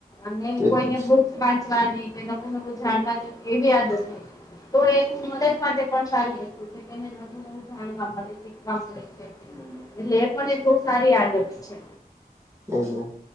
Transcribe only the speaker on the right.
એજ
ને
એ જ ને